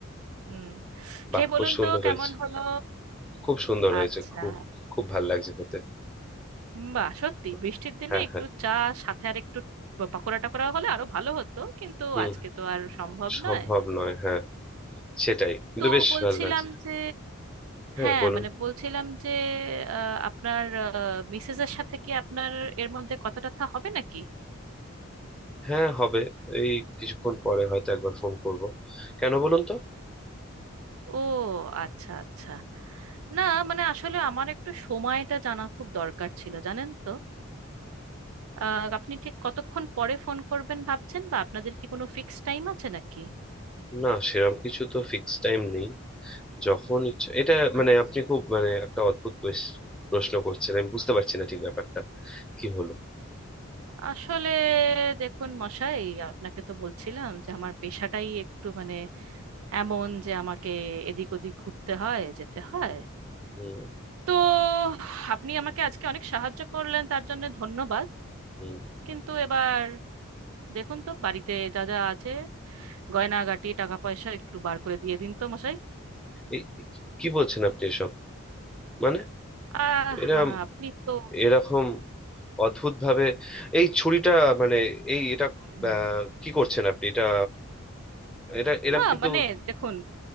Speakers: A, on the right; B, in the centre.
A: হুম
B: বাহ
A: খেয়ে বলুন
B: খুব সুন্দর
A: তো কেমন
B: হয়েছে
A: হলো
B: খুব সুন্দর হয়েছে
A: আচ্ছা
B: খুব খুব ভালো লাগছে খেতে
A: বাহ সত্যি
B: বাহ,
A: বৃষ্টির দিনে
B: হ্যাঁ
A: একটু
B: হ্যাঁ
A: চা সাথে আর একটু পাকোড়া টাকোড়া হলে আরো ভালো হতো কিন্তু
B: হুম
A: আজকে তো আর সম্ভব
B: সম্ভব
A: নয়
B: নয় হ্যাঁ সেটাই কিন্তু
A: তো
B: বেশ
A: বলছিলাম
B: ভালো লাগছে
A: যে
B: হ্যাঁ
A: হ্যাঁ
B: বলুন
A: মানে বলছিলাম যে আহ, আপনার মিসেস এর সাথে কি আপনার এর মধ্যে কথা টথা হবে নাকি
B: হ্যাঁ হবে এই কিছুক্ষণ পরে হয়তো একবার ফোন করব কেন বলুন তো
A: ও আচ্ছা আচ্ছা না মানে আসলে আমার একটু সময়টা জানা খুব দরকার ছিল জানেন তো আহ, আপনি ঠিক কতক্ষণ পরে ফোন করবেন ভাবছেন বা আপনাদের কি কোনো ফিক্স টাইম আছে নাকি
B: না সেরকম কিছু তো ফিক্স টাইম নেই যখন ইচ্ছা এটা মানে
A: আচ্ছা
B: আপনি খুব মানে একটা অদ্ভুত কোয়েস- প্রশ্ন করছেন আমি বুঝতে পারছি না ঠিক ব্যাপারটা কি হলো
A: আসলে দেখুন মশাই আপনাকে তো বলছিলাম যে আমার পেশাটাই একটু মানে এমন যে আমাকে এদিক ওদিক ঘুরতে হয় যেতে হয়
B: হুম
A: তো আপনি আমাকে আজকে অনেক সাহায্য করলেন তার জন্য ধন্যবাদ
B: হুম
A: কিন্তু এবার দেখুন তো বাড়িতে যা যা আছে গয়নাগাটি টাকা পয়সা একটু বার করে দিয়ে দিন তো মশাই
B: এই কি বলছেন আপনি এসব মানে
A: আহ
B: এরা
A: আপনি তো
B: এরকম অদ্ভুত ভাবে এই ছুরিটা মানে এই এটা
A: হুম।
B: আহ, কি করছেন আপনি এটা এটা এরম
A: না
B: কিন্তু
A: মানে দেখুন